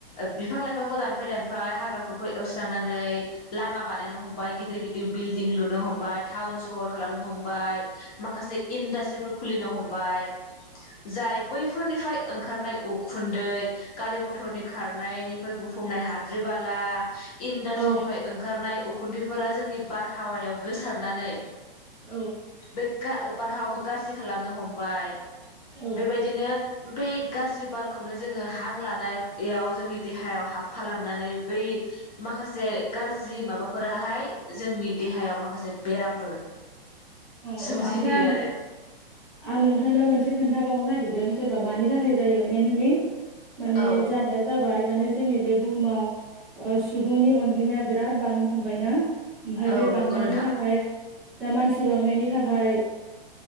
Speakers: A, on the left (about 40°); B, in the centre.
A: बिफां लाइफांखौ दानफाय दानफाय हाग्राफोरखौ स्रांनानै लामा बानायनो हमबाय गिदिर गिदिर बिलडिं लुनो हमबाय टाउन सहर खालामनो हमबाय। बाय माखासे इनदास खुलिनो हमबाय जाय बैफोरनिफ्राय ओंखारनाय उखुन्दै गारि मथरनि खारनायनिफ्राय गुफुंनाय हाद्रि बाला इन्डासट्रिनिफ्राय
B: औ
A: ओंखारनाय उखुन्दैफोरा जोंनि बारहावायाव गोसारनानै
B: औ
A: बे बारहावखौ गाज्रि खालामनो हमबाय
B: औ
A: बेबायदिनो बे गाज्रि बारखौनो जोङो हां लानायाव जोंनि देहायाव हाबफालांनानै बै माखासे गाज्रि माबाफोराहाय जोंनि देहायाव माखासे बेरामफोर
B: औ
A: सोमजिहोयो
B: औ ओमफ्राय आं
A: आरो
B: आं नोंथांनो मोनसे खोन्थाबावनो नागिरदों। सोरबा मानि थाखाय जायो मइेनलि माने
A: औ
B: जानाया जाबाय। माने जोंनि बे बुहुमाव सुबुंनि अनजिमाया बिराद बांनो हमबायना ओमफ्राय
A: औ
B: बे बांनायनि
A: नंगौ नोंथां
B: थाखाय दा मानसि बेनि थाखाय